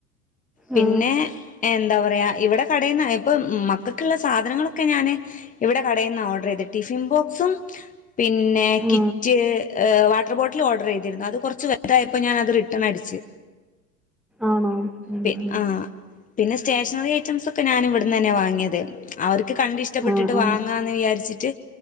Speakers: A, on the left (about 15°); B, in the centre.
A: പിന്നെ
B: ആ
A: എന്താ പറയ ഇവടെ കടേന്നായപ്പം മക്കക്കിള്ള സാധനങ്ങളൊക്കെ ഞാന് ഇവിടെ കടേന്ന ഓർഡറെയ്തെ ടിഫിൻ ബോക്സും പിന്നെ
B: ആ
A: കിറ്റ് ഏഹ് വാട്ട്ർ ബോട്ലും ഓഡ്റെയ്തിരുന്നു അത് കൊർച്ച് വ തായപ്പോ ഞാനത് റിട്ടേണടിച്
B: ആണോ ഉം,
A: പി
B: ഉം.
A: ആഹ് പിന്നെ സ്റ്റേഷനറിഴഐറ്റംസൊക്കെ ഞാനിവിട്ന്നെന്നെ വാങ്ങ്യെത് അവർക്ക് കണ്ടിഷ്ടപ്പെട്ടിട്ട്
B: ആ ആ
A: വാ ങ്ങാന്ന് വിയാരിച്ചിട്ട്